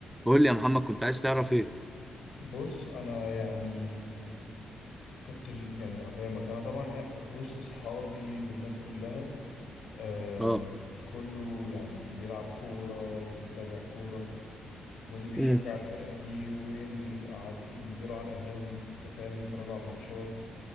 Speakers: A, in the centre; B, on the left.
A: قول لي يا محمد كنت عايز تعرف ايه
B: بص انا يعني كنت ال- يعني هفهمك انا طبعا أ- وسط صحابي والناس كلها آه
A: اه
B: كله يعني بيلعب كورة وبيتابع كورة واللي بيشجع
A: امم
B: الفرقة دي وينزل ال- على ينزلوا على القهاوي أنت فاهم يتفرجوا على الماتشات